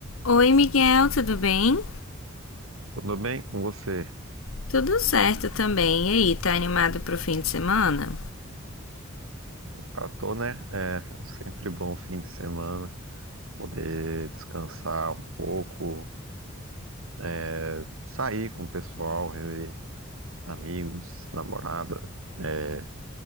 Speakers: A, on the left (about 75°); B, on the right (about 75°).
A: Oi, Miguel, tudo bem?
B: Tudo bem com você?
A: Tudo certo também. E aí, tá animado pro fim de semana?
B: Ah, tô, né? É sempre bom fim de semana, poder descansar um pouco, é, sair com o pessoal, rever os amigos, namorada, é,